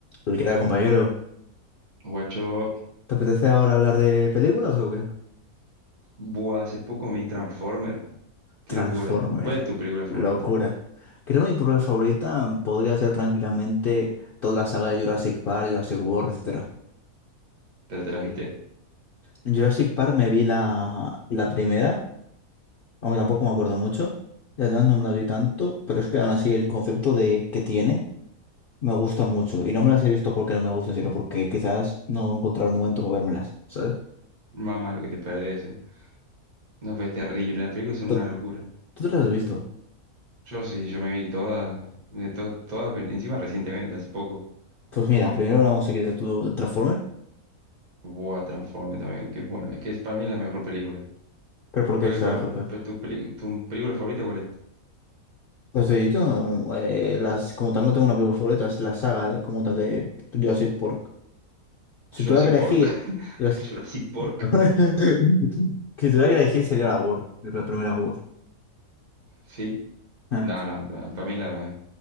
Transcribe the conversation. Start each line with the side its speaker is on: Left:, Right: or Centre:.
Left: Uy, ¿Qué tal, compañero?
Right: Guacho,
Left: ¿Te apetece ahora hablar de películas o qué?
Right: buah, hace poco me vi Transformer. Qué
Left: Transformer.
Right: locura. ¿Cuál es tu película favorita?
Left: Locura. Creo que mi propia favorita podría ser tranquilamente toda la saga de Jurassic Park, Jurassic World, etcétera.
Right: ¿Pero te las viste?
Left: En Jurassic Park me vi la, la primera, aunque tampoco me acuerdo mucho. Las demás no me las vi tanto, pero es que aún así el concepto de que tiene me gusta mucho. Y no me las he visto porque no me gusta, sino porque quizás no he encontrado el momento para vérmelas, ¿sabes?
Right: Mamá, lo que te perdés, eh. No, pues es terrible. Las películas son
Left: ¿Tú,
Right: una locura.
Left: tú te las has visto?
Right: Yo sí, yo me vi todas, de to- todas, pe- encima recientemente, hace poco.
Left: Pues mira, primero hablamos si quieres de tu Transformer.
Right: Buah, Transformer también, qué buena. Es que es- para mí la mejor película.
Left: ¿Pero por
Right: Porque,
Left: qué es
Right: ¿cuál,
Left: la mejor película?
Right: pues, tu, peli- tu película favorita cuál es?
Left: Pues te he dicho, eh, las, como tal no tengo una película favorita, es la saga de, como tal de Jurassic Park. Si
Right: Jurassic
Left: tuviera que elegir...
Right: Park. <laughs>
Left: Jurassic-
Right: Jurassic Park,
Left: <laughs> Si tuviera que elegir sería la World, la primera World.
Right: sí.
Left: Eh,
Right: No, no, pa- para mí la... me-